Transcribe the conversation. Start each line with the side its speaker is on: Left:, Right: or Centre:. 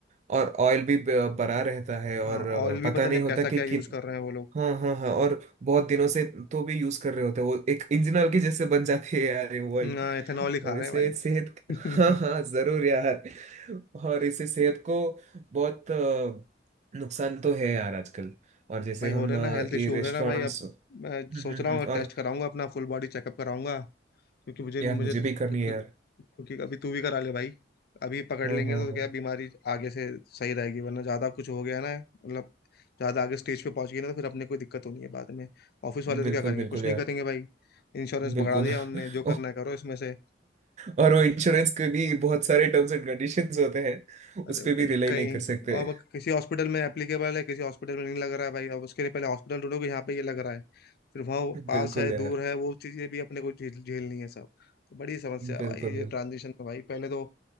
Right: और ऑयल भी ब- भरा रहता है और
Left: हाँ ऑयल भी
Right: पता
Left: पता
Right: नहीं
Left: नहीं अब
Right: होता
Left: कैसा
Right: कि
Left: क्या
Right: कित
Left: यूज कर रहे हैं वो लोग
Right: हाँ हाँ हाँ और बहुत दिनों से तो भी यूज कर रहे होते हैं वो एक इंजन के जैसे बन जाती है यार ये वही
Left: ना इथेनॉल
Right: और
Left: ही खा रहे
Right: इसे
Left: हैं भाई
Right: सेहत हाँ हाँ जरूर यार और इसे
Left: <laughs>
Right: सेहत को बहुत अ, नुकसान तो है यार आजकल और जैसे
Left: भाई
Right: हम
Left: हो रहे
Right: अ,
Left: ना हेल्थ
Right: ये
Left: इशू
Right: रेस्टोरेंट्स
Left: हो रहे ना भाई अब
Right: हम्म
Left: मैं सोच
Right: हम्म,
Left: रहा
Right: हम्म,
Left: हूँ टेस्ट
Right: और
Left: कराऊंगा अपना फुल बॉडी चेकअप कराऊंगा क्योंकि मुझे मुझे
Right: यार मुझे
Left: तो,
Right: भी करनी
Left: क्योंकि
Right: है यार
Left: क्योंकि अभी तू भी करा ले भाई अभी पकड़
Right: हाँ
Left: लेंगे
Right: हाँ
Left: तो
Right: हाँ
Left: क्या बीमारी आगे से सही रहेगी वरना ज्यादा कुछ हो गया ना मतलब ज्यादा आगे स्टेज पे पहुंच गई ना तो फिर अपने कोई दिक्कत होनी है बाद में ऑफिस वाले तो
Right: बिल्कुल
Left: क्या करेंगे
Right: बिल्कुल
Left: कुछ नहीं
Right: यार
Left: करेंगे भाई इंश्योरेंस
Right: बिल्कुल
Left: पकड़ा दिया उनने
Right: <laughs>
Left: जो करना है करो इसमें से
Right: और वो इंश्योरेंस के भी बहुत सारे टर्म्स एंड कंडीशंस होते हैं
Left: अरे
Right: उस
Left: भाई
Right: पे भी रिलाई
Left: कहीं
Right: नहीं कर सकते
Left: अब किसी हॉस्पिटल में एप्लीकेबल है किसी हॉस्पिटल में नहीं लग रहा है भाई अब उसके लिए पहले हॉस्पिटल ढूंढो कि यहाँ पे ये लग रहा है फिर वहाँ वो पास
Right: बिल्कुल
Left: है
Right: यार
Left: दूर है वो चीज़ें भी अपने को झेल- झेलनी है सब तो बड़ी समस्या है
Right: बिल्कुल
Left: भाई ये
Right: बिल्कुल
Left: ट्रांजिशन में भाई पहले तो